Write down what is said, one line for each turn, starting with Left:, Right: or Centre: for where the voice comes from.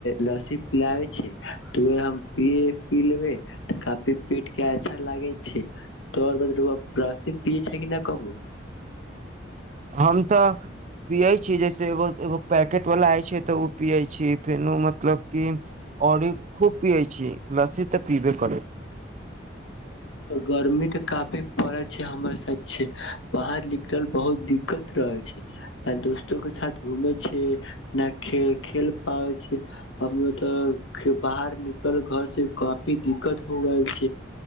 Left: लस्सी पिलाबे छै त उहे हम पी पीलेबै तऽ काफी पेट के अच्छा लागे छै तोरब लस्सी पियए छै कि न कबो
Right: हम तऽ पियै छी जैसे एगो एगो पैकेट वला होइ छै तऽ ओ पियै छी फेनो मतलब कि औरी खूब पियै छी लस्सी तऽ पियबे करै
Left: त गर्मी तऽ काफी पड़ै छै हमर सा छै बाहर निकलल बहुत दिक्कत रहे छै आ दोस्तो के साथ घूमे छियै न खे खेल पाबै छी हम तऽ बाहर निकल घर से काफी दिक्कत हो गेल छै